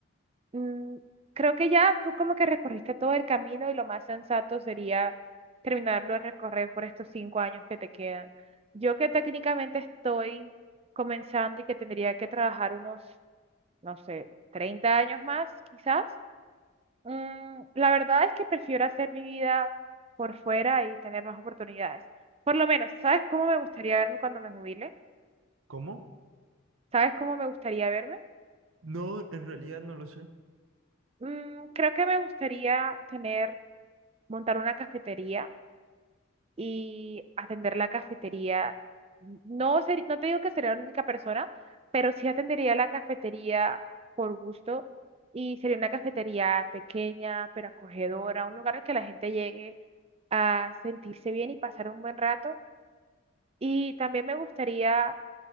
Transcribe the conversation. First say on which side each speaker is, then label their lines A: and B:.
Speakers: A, on the right; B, on the right.
A: mm, creo que ya tú como que recorriste todo el camino y lo más sensato sería terminarlo de recorrer por estos cinco años que te quedan. Yo que técnicamente estoy comenzando y que tendría que trabajar unos, no sé, 30 años más, quizás. Mm, la verdad es que prefiero hacer mi vida por fuera y tener más oportunidades. Por lo menos, ¿sabes cómo me gustaría verme cuando me jubile?
B: ¿Cómo?
A: ¿Sabes cómo me gustaría verme?
B: No, en realidad no lo sé.
A: Mm, creo que me gustaría tener, montar una cafetería y atender la cafetería. No ser, no te digo que sería la única persona, pero sí atendería la cafetería por gusto y sería una cafetería pequeña, pero acogedora, un lugar al que la gente llegue a sentirse bien y pasar un buen rato Y también me gustaría